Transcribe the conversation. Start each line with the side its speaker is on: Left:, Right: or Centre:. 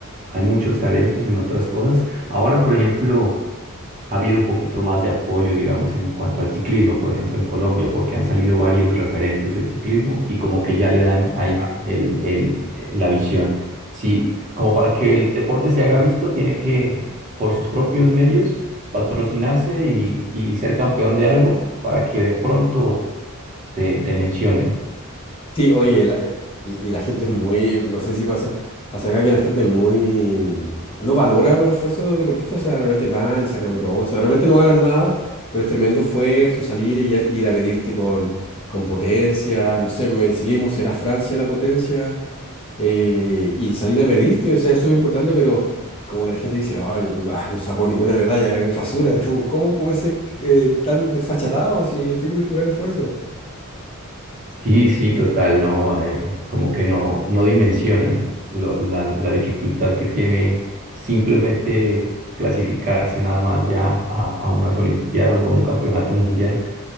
Right: hay muchos talentos en otras cosas. Ahora, por ejemplo ha habido un poquito más de apoyo, digamos, en cuanto al ciclismo, por ejemplo, en Colombia, porque han salido varios referentes del ciclismo y como que ya le dan ahí el, el- la visión. Sí, como para que el deporte se haga visto, tiene que, por sus propios medios, patrocinarse y, y ser campeón de algo para que de pronto te, te mencionen.
Left: Sí, oye, la- eh, y, y la gente es muy, no sé si pasa, pasa acá que la gente es muy, no valora los esfuerzos de los deportistas, o sea, de repente van y sacan bronce, de repente no ganan nada, pero es tremendo esfuerzo salir y a- ir a medirte con, con potencia, no sé, pues, en ciclismo será Francia la potencia, eh, y salir a medirte, o sea, eso es importante, pero como que la gente dice, ay, bah, no sacó ninguna medalla, es basura, <laughs> pero ¿cómo puede ser eh, tan desfachatado si el tipo hizo un gran esfuerzo?
Right: Sí, sí, total, no, eh, como que no, no dimensionan lo- la, la dificultad que tiene simplemente clasificarse nada más ya a, a unas Olimpiadas o a un campeonato mundial